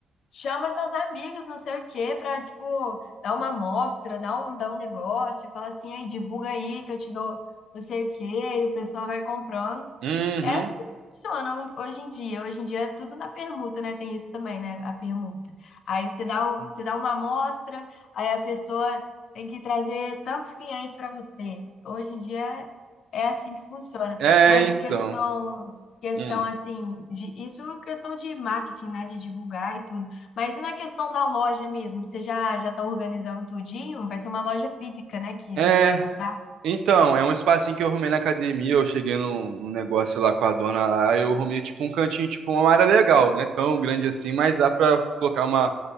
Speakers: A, on the left; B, on the right.
A: chama seus amigos, não sei o quê, pra, tipo, dar uma amostra, dar um, dar um negócio, fala assim, aí, divulga aí que eu te dou não sei o quê, e o pessoal vai comprando.
B: Uhum.
A: Essas funcionam hoje em dia. Hoje em dia é tudo na permuta, né? Tem isso também, né? A permuta. Aí você dá, o- você dá uma amostra, aí a pessoa tem que trazer tantos clientes para você. Hoje em dia é assim que funciona.
B: É,
A: Mas
B: então.
A: questão, questão
B: Hum.
A: assim, de, isso é questão de marketing, né? De divulgar e tudo. Mas e na questão da loja mesmo? Você já já está organizando tudinho? Vai ser uma loja física, né? Que
B: É,
A: você vai montar?
B: então, é um espacinho que eu arrumei na academia, eu cheguei no num negócio lá com a dona lá, eu arrumei tipo um cantinho, tipo uma área legal, né? Tão grande assim, mas dá pra colocar uma